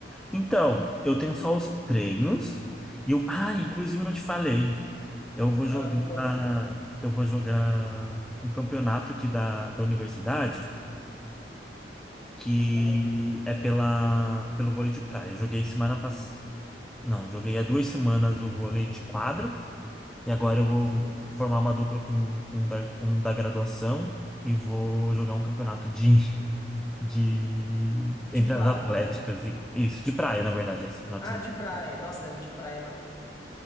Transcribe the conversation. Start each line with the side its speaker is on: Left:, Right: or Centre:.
Centre: Então, eu tenho só os treinos, e eu, ah, inclusive eu não te falei. Eu vou jogar,
Left: Ah, me conta.
Centre: eu vou jogar um campeonato aqui da, da universidade que
Left: Ah,
Centre: é pela, pelo vôlei de praia. Eu joguei semana passada. Não, joguei há duas semanas o vôlei de quadra e agora eu vou
Left: sim.
Centre: formar uma dupla com um da, um da graduação e vou jogar um campeonato de, <laughs> de entre
Left: De quadra.
Centre: as atléticas e isso, de praia, na verdade, esse final
Left: Ah,
Centre: de semana.
Left: de praia. Nossa, deve- de praia é mais.